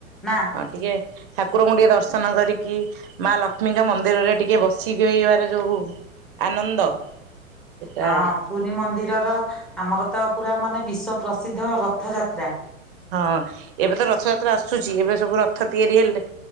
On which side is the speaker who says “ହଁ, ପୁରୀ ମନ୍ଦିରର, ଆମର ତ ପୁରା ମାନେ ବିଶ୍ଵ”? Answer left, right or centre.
Centre